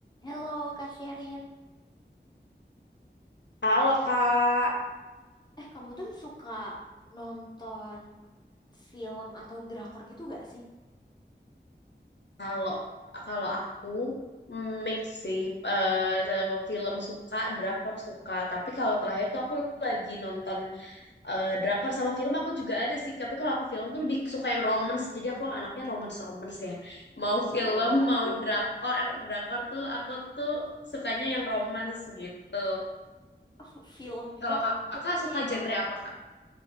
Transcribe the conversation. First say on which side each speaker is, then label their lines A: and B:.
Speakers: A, on the left; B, on the left.
A: Halo Kak Sherin,
B: Halo Kak,
A: eh kamu tuh suka nonton film atau drakor gitu gak sih?
B: Kalau kalau aku mm, mix sih eh, film suka, drakor suka. Tapi kalau terakhir tuh aku lagi nonton eh, drakor sama film aku juga ada sih. Tapi kalau aku film tuh lebih suka yang romance. Jadi aku anaknya romance romance ya. Mau
A: Oh,
B: film mau
A: oh.
B: drakor drakor tuh aku tuh sukanya yang romance gitu.
A: Oh, film juga
B: Kalau kak- kakak
A: sukanya
B: suka
A: yang
B: genre
A: romans.
B: apa kak?